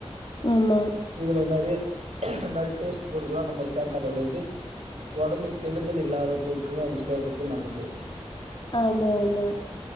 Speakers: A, on the left; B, on the right.
A: ஆமா ஆமா
B: இதுல நெறைய நெறைய டேஸ்ட் பொருட்கல்லா நம்ம சேக்காத அளவுக்கு ஒடம்புக்கு கெடுதல் இல்லாத பொரு நில வேம்பு சேக்கறது நல்லது
A: ஆமா ஆமா